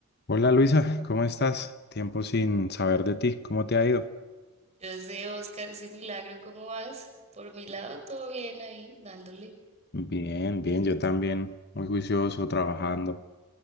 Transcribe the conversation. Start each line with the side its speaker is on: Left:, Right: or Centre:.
Left: Hola Luisa, ¿cómo estás? Tiempo sin saber de ti, ¿cómo te ha ido?
Right: Yo sé, Oscar, ese milagro, ¿cómo vas? Por mi lado, todo bien ahí, dándole.
Left: Bien, bien, yo también, muy juicioso, trabajando